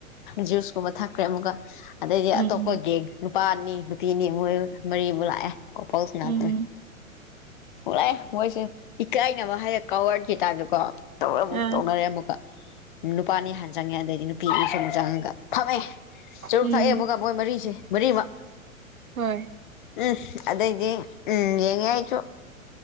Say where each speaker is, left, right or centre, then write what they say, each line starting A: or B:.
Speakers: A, on the left; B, on the right.
A: ꯖꯨꯁꯀꯨꯝꯕ ꯊꯛꯈ꯭ꯔꯦ ꯑꯃꯨꯛꯀ ꯑꯗꯩꯗꯤ
B: ꯎꯝ
A: ꯑꯇꯣꯞꯄ ꯒꯦꯡ ꯅꯨꯄꯥꯅꯤ ꯅꯨꯄꯤꯅꯤ ꯃꯣꯏ ꯃꯔꯤꯃꯨꯛ ꯂꯥꯛꯑꯦ ꯀꯣꯄꯧꯁꯅꯦ
B: ꯎꯝ ꯎꯝ
A: ꯂ ꯃꯣꯏꯁꯦ ꯏꯀꯥꯏꯅꯕ ꯍꯥꯏꯔ ꯀꯋꯔꯈꯤ ꯇꯥꯏꯕꯗꯀꯣ ꯇꯧꯔꯒ ꯑꯃꯨꯛ
B: ꯑꯥ
A: ꯇꯧꯅꯔꯦ ꯑꯃꯨꯛꯀ ꯅꯨꯄꯥꯅꯤ ꯍꯥꯟ ꯆꯪꯉꯦ ꯑꯗꯩꯗꯤ ꯅꯨꯄꯤ ꯑꯅꯤꯁꯨ ꯑꯃꯨꯛ ꯆꯪꯉꯒꯦ ꯐꯝꯃꯦꯦ ꯆꯔꯨꯛ
B: ꯎꯝ
A: ꯊꯛꯑꯦ ꯑꯃꯨꯒ ꯃꯣꯏ ꯃꯔꯤꯁꯦ ꯃꯔꯤꯃꯛ
B: ꯍꯣꯏ
A: ꯎꯝ ꯑꯗꯩꯗꯤꯦ ꯎꯝ ꯌꯦꯉꯦꯏꯆꯣ